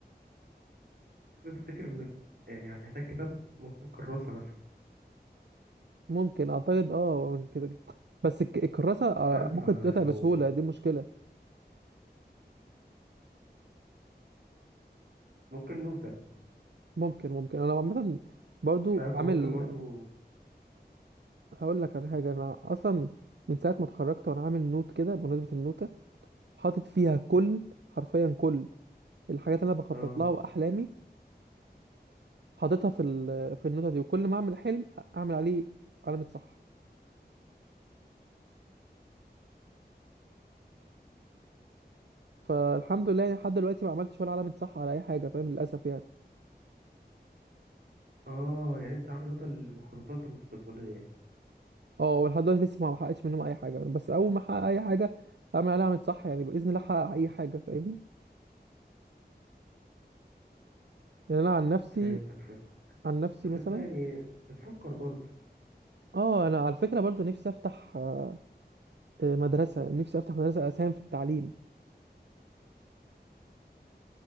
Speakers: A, on the right; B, on the right.
A: بس أنا بفتكر إن يعني هتحتاج كتاب ممكن كراسة مثلا
B: ممكن اعتقد اه كده كده. بس الك- الكراسه آه،
A: فاهم فلو
B: ممكن تتقطع بسهوله دي مشكله
A: ممكن نوتة
B: ممكن ممكن انا عامه برضو
A: فاهم
B: عامل
A: أو ممكن برضو
B: هقول لك على حاجه انا اصلا من ساعه ما اتخرجت وانا عامل نوت كده بمناسبه النوته حاطط فيها كل حرفيا كل الحاجات اللي انا بخطط
A: آه
B: لها واحلامي حاططها في ال- في النوته دي وكل ما اعمل حلم اعمل عليه علامه صح فالحمد لله يعني لحد دلوقتي ما عملتش ولا علامة صح على اي حاجة فاهم للاسف يعني
A: آه يعني أنت عامل نوتة لمخططاتك المستقبلية يعني
B: اه ولحد دلوقتي لسه ما حققتش منهم اي حاجة بس اول ما احقق اي حاجة اعمل عليها علامة صح يعني باذن الله احقق اي حاجة فاهمني يعني انا عن نفسي
A: فهمتك فهمتك
B: عن نفسي
A: بس
B: مثلا
A: أنت يعني بتفكر برضو
B: اه انا على فكرة برضو نفسي افتح آه، آه، مدرسة نفسي افتح مدرسة اساهم في التعليم